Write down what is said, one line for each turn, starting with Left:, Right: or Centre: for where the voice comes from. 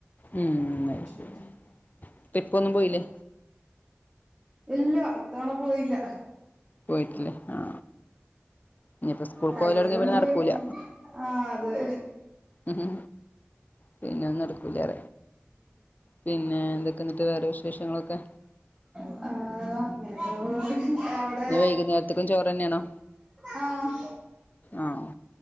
Left: ഉം, അത്
Right: ഉം.
Left: ശരി ട്രിപ്പൊന്നും പോയിലേ?
Right: ഇല്ല ഇത്തവണ പോയില്ല.
Left: പോയിട്ടില്ലേ ആ. ഇഞ്ഞ്പ്പ സ്കൂൾക്കോവലൊടങ്ങ്യാ
Right: കഴിഞ്ഞൊല്ലം
Left: പിന്നെ
Right: പോയി
Left: നട്ക്കൂല.
Right: ആ അത്
Left: മ്. പിന്നെ ഒന്നും നടക്കൂലറ്യാ പിന്നെ എന്തൊക്ക എന്നിട്ട് വേറെ വിശേഷങ്ങളൊക്കെ?
Right: ആ അങ്ങനൊക്കേ പോണ് അവ് ടെ
Left: ഇനി വൈകുന്നേരത്തേക്കും ചോറ് തന്നെയാണോ
Right: ആ ആഹ്.
Left: ആഹ്